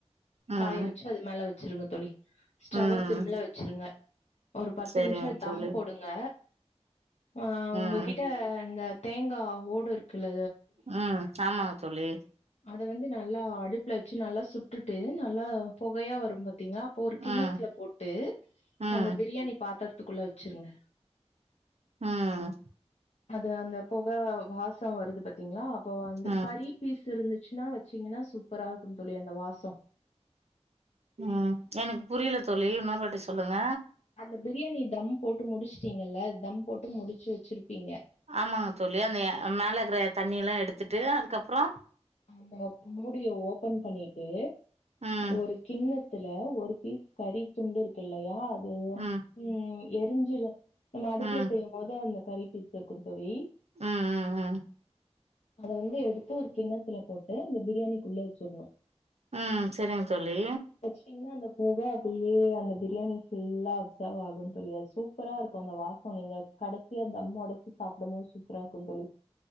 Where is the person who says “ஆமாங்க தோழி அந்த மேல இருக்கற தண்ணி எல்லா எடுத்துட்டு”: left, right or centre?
Right